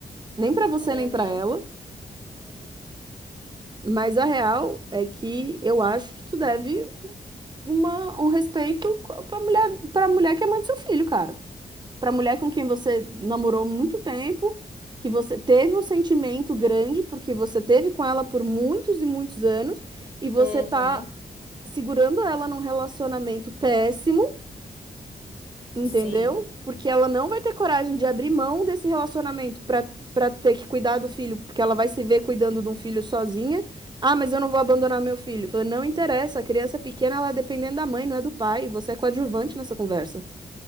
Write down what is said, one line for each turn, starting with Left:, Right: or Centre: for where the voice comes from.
Right: nem pra você,
Left: Uhum,
Right: nem pra ela. Mas a real é que eu acho que tu deve uma, um respeito co- pra mulher, pra mulher que é mãe do seu filho, cara. Pra mulher com quem você namorou muito tempo, que você teve um sentimento grande, porque você teve com ela por muitos e muitos anos, e você
Left: uhum,
Right: tá segurando ela num relacionamento péssimo, entendeu?
Left: sim,
Right: Porque ela não vai ter coragem de abrir mão desse relacionamento pra para ter que cuidar do filho, porque ela vai se ver cuidando de um filho sozinha. Ah, mas eu não vou abandonar meu filho. Eu Falei, não interessa, a criança é pequena, ela é dependendo da mãe, não é do pai. Você é coadjuvante nessa conversa.